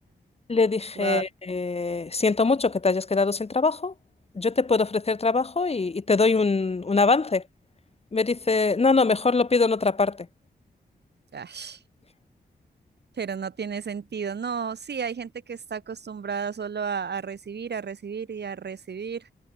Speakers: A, on the left; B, on the right.
A: Le dije,
B: Wow.
A: eh, siento mucho que te hayas quedado sin trabajo, yo te puedo ofrecer trabajo y, y te doy un, un avance. Me dice, no, no, mejor lo pido en otra parte.
B: Ash, Pero no tiene sentido. No, sí, hay gente que está acostumbrada solo a, a recibir, a recibir y a recibir.